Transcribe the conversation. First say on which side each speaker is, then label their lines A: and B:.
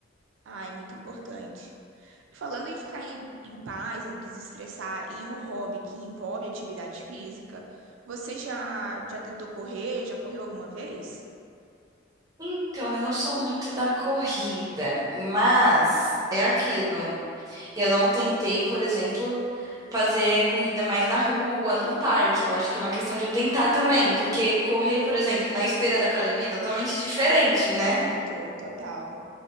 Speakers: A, on the right; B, on the right.
A: Ai, muito importante. Falando em ficar em, em paz e desestressar e um hobby que envolve atividade física, você já já tentou correr? Já correu alguma vez?
B: Então, eu não sou muito da corrida, mas
A: Hum.
B: é aquilo. Eu não tentei, por exemplo, fazer corrida mais na rua, num parque. Eu acho que é uma questão de eu tentar também, porque correr, por exemplo, na esteira da academia é totalmente diferente,
A: Muito,
B: né?
A: total.